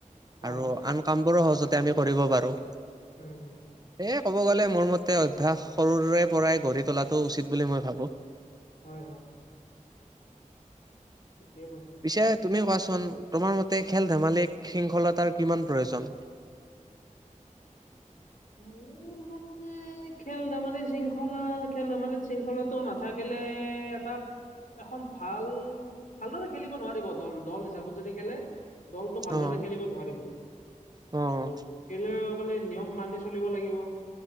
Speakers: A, on the left; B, on the right.
A: হয়,
B: আৰু আন কামবোৰো সহজতে আমি কৰিব পাৰোঁ।
A: উম হুম।
B: এ, ক'ব গ'লে মোৰ মতে অভ্যাস সৰুৰে পৰাই গঢ়ি তোলাটো উচিত বুলি মই ভাবো।
A: হয়, হয়। ঠিকে কৈছা।
B: পিছে তুমি কোৱাচোন তোমাৰ মতে খেল ধেমালি শৃংখলতাৰ কিমান প্ৰয়োজন?
A: উম মোৰ মতে এ খেল ধেমালিত শৃংখলা খেল ধেমালিত শৃংখলাটো নাথাকিলে এটা এখন ভাল ভালদৰে খেলিব নোৱাৰিব দল দল হিচাপত যদি খেলে, দলটো ভালদৰে
B: অ',
A: খেলিব নোৱাৰিব
B: অ',
A: আৰু খলিলে নিয়ম মানি চলিব লাগিব।